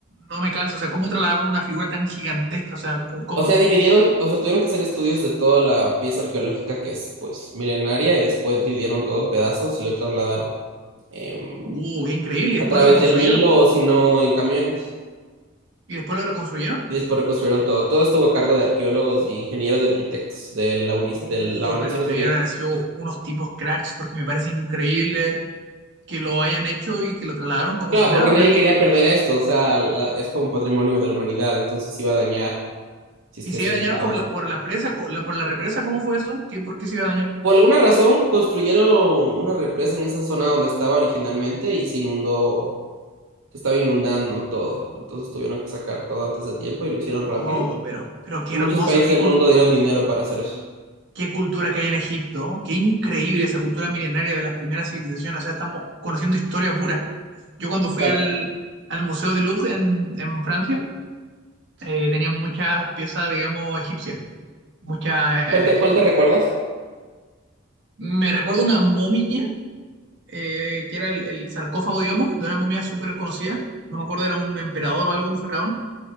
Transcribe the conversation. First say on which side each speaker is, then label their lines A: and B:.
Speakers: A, on the right; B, on the right.
A: no me calza, o sea, ¿cómo trasladaron una figura tan gigantesca? O sea, ¿cómo? cómo?
B: O sea, dividieron, o sea, tuvieron que hacer estudios de toda la pieza arqueológica que es, pues, milenaria y después dividieron todo en pedazos y lo trasladaron em,
A: Uh, qué increíble, y
B: a
A: después
B: través
A: lo reconstruyeron.
B: del Nilo o si no en camiones
A: ¿Y después lo reconstruyeron?
B: y después reconstruyeron todo. Todo estuvo a cargo de arqueólogos y ingenieros y arquitectos de la UNIS,
A: Oh,
B: de las Naciones
A: pero debieron
B: Unidas.
A: haber sido unos tipos cracks, porque me parece increíble que lo hayan hecho y que lo trasladaron como
B: Claro,
A: si nada.
B: porque nadie
A: O sea, no-
B: quería perder esto, o sea, la- es como un patrimonio de la humanidad, entonces se iba a dañar si es
A: y
B: que
A: se
B: se
A: iba
B: inundaba.
A: a dañar por la, por la presa, co- la- por la represa, ¿cómo fue eso? ¿Qué, por qué se iba a dañar?
B: Por alguna razón construyeron una represa en esa zona donde estaba originalmente y se inundó, se estaba inundando todo. Entonces tuvieron que sacar todo antes de tiempo y lo hicieron
A: Oh,
B: rápido.
A: pero, pero qué
B: Y
A: hermoso,
B: muchos países
A: qué
B: del
A: cultura
B: mundo dieron dinero para hacer eso.
A: qué cultura que hay en Egipto, qué increíble esa cultura milenaria de las primeras civilizaciones, o sea, estamos conociendo historia pura. Yo cuando
B: ¿Qué
A: fui
B: tal?
A: al, al Museo de Louvre en, en Francia, eh, tenían muchas piezas, digamos, egipcias, muchas... eh,
B: ¿Cuál te, cuál te recuerdas?
A: me recuerdo una momia, eh, que era el, el sarcófago, digamos, de una momia súper conocida, no me acuerdo, era un emperador o algo, un faraón,